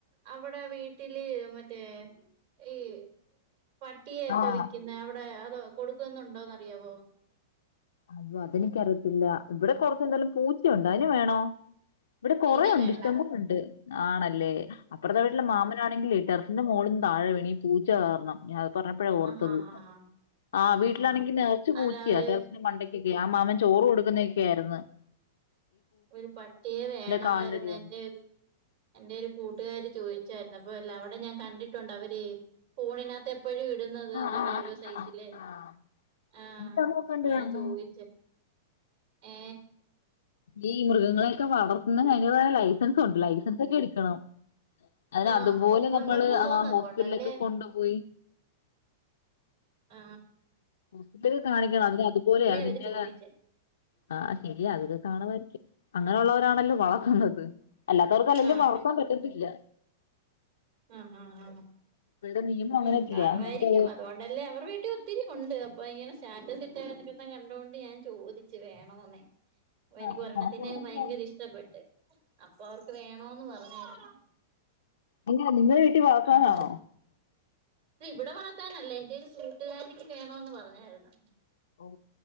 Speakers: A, on the right; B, on the left.
A: അവ് മ്മുടെ വീട്ടില് മറ്റേ ഈ പട്ടിയെക്കെ
B: ആഹ്
A: വിക്കുന്ന അവിടെ അതോ കൊടുക്കുന്നുണ്ടോന്ന്റിയാവോ
B: അയ്യോ അതെനിക്കറിയത്തില്ല ഇവിടെ കൊറച്ചെന്തായാലും പൂച് യുണ്ട് അതിന് വേണോ ഇവിടെ കൊറെണ്ട്
A: അയിനെ വേണ്ട
B: ഇഷ്ടംപോല ണ്ട് ആണല്ലേ അപ്പറത്തെ
A: ഉം
B: വീട്ടിലെ മാമാനാണെങ്കിലേ ടെറസിന്റെ മോള്ന്ന് താഴെ വീണി പൂച്ച കാരണം ഞന് പറഞ്ഞപ്പോഴ ഓർത്തത്
A: ആഹാ ആഹ്
B: ആ
A: ആഹ്
B: വീട്ടിലാണെങ്കി നർച്ച് പൂച്യാ
A: അല്ല ഒരു
B: ടെറ മണ്ടയ്ക്കൊക്കെ ആ മാമൻ ചോറ് കൊടുക്കുന്നക്കെയാരുന്നു
A: ഒരു പട്ടിയെ വേണമായിരുന്നു
B: കാലിലടി വന്നു
A: എന്റെ ഒരു എന്റെ ഒരു കൂട്ടുകാരി ചോദിച് ച്ചാരുന്നു അപ്പ അല്ല അവിടെ ഞാൻ കണ്ടിട്ടുണ്ട് അവര് ഫോണിനകത്തെപ്പ് പ്പെഴുട്ന്നത്
B: ആഹ്
A: ഓരോരോ
B: ആഹ് ആഹ്
A: സൈസിലെ
B: ആഹ് ആഹ്
A: ആ
B: എന്നിട്ട് അത് നോക്കണ്ടായിരുന്നോ
A: അതഞാൻ ചോദിച്ചേ ഏ
B: ഈ മൃഗങ്ങളെയൊക്കെ വളർത്തുന്നത്തിന് അതിന്റതായ ലൈസൻസൊണ്ട് ലൈസൻസൊക്കെ എടുക്കണം അതിന്
A: ആഹ്
B: അതുപോലെ
A: അവർക്കുണ്ടെന്ന്
B: നമ്മള്
A: തോന്നുന്നു
B: ആ
A: അതുകൊണ്ടല്ലേ
B: ഹോസ്പിറ്റലിലൊക്കെ കൊണ്ടുപോയി
A: ആ
B: ഹോസ്പിറ്റല് കാണിക്കണം അതിനെ അതുപോലെ അതിന്റെ
A: അവര് ചോദിച്ചേ
B: ത ആ ശരിയാ അത് കാണുവായിരിക്കും ആ അങ്ങനെയുള്ളവരാണല്ലോ
A: ഉം
B: വളർത്തുന്നത്
A: ഉം
B: അല്ലാത്തവർക്ക് അല്ലേല്ലും
A: ആഹ്
B: വളർത്താൻ പറ്റത്തില്ല
A: ആ ആ ആ
B: ഇപ്പോഴത്തെ നിയമം അങ്ങനെയൊക്കെയാ
A: ഉം കാണുവായിരിക്കും
B: നമുക്ക്
A: അതുകൊണ്ടല്ലേ അവർ വീട്ടിൽ ഒത്തിരി ഒണ്ട് അപ്പൊ ഇങ്ങനെ സ്റ്റാറ്റസ് ഇട്ട നിക്കെ കണ്ടോണ്ട് ഞാൻ ചോദിച്ചു വേണോന്ന് അപ്പൊ
B: ആ
A: എനിക്ക്
B: ആ,
A: ഒരെണ്ണത്തിനെ
B: അപ്പൊ അവിടെ
A: ഭയങ്കര ഇഷ്ടപ്പെട്ട് അപ്പൊ അവർക്ക് വേണോന്ന് പറഞ്ഞേര്ന്നു
B: അല്ല നിങ്ങളെ വീട്ടി വളർത്താനാണോ
A: ആഹ് ഇവിടെ വളത്താനല്ല എന്റെ ഒരു കൂട്ടുകാരിക്ക് വേണോന്ന് പറഞ്ഞാര്ന്ന്
B: ഓ